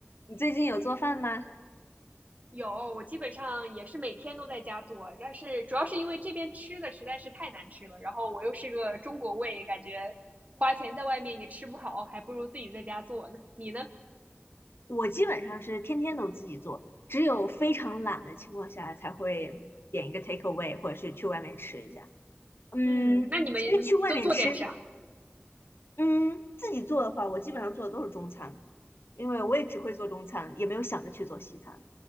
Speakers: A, on the left; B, on the right.
A: 你最近有做饭吗？
B: 有，我基本上也是每天都在家做，但是主要是因为这边吃的实在是太难吃了，然后我又是个中国胃，感觉花钱在外面也吃不好，还不如自己在家做呢。你呢？
A: 我基本上是天天都自己做，只有非常懒的情况下才会点一个 take away，或者是去外面吃一下。嗯，
B: 嗯，那你们都做点啥？
A: 其实去外面吃，嗯，自己做的话，我基本上做的都是中餐，因为我也只会做中餐，也没有想着去做西餐。